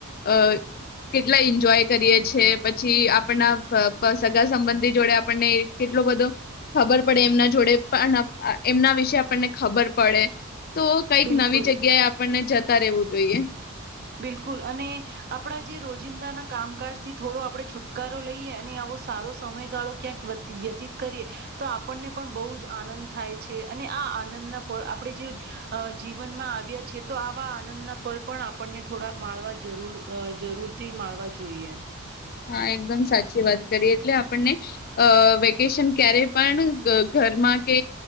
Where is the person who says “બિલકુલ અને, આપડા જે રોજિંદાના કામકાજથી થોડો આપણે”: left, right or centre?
Right